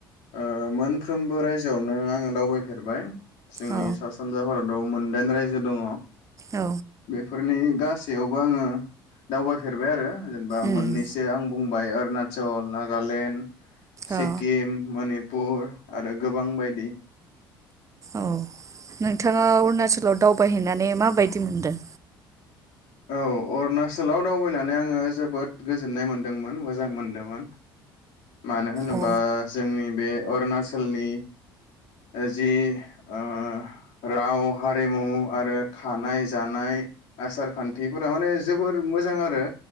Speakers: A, on the left (about 55°); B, on the right (about 25°).
A: ओ मोनफ्रोमबो रायजोआवनो आङो दावबायफेरबाय। जोंनि
B: औ
A: सा सानजा भारत द' मोनदाइन रायजो दङ।
B: औ
A: बेफार बेनि गासैयावबो आङो दावबायफेरबाय आरो। जेनेबा
B: उम
A: मोननैसो आं बुं मुम्बाइ अरुणाचल नागालेण्ड सिक्किम
B: औ
A: मानि पुर आरो गोबां बायदि।
B: औ नोंथाङा अरुणाचलाव दावबायहैनानै माबायदि मोनदो?
A: औ अरुणाचलाव दावबायनानै आङो जोबोद गोजोननाय मोनदोंमोन मोजां मोनदोमोन। मानो होनोबा
B: अ
A: जोंनि बे अरुणाचलनि ओ जि ओ राव हारिमु आरो थानाय जानाय आसार खान्थिफोरा माने जोबोर मोजां आरो।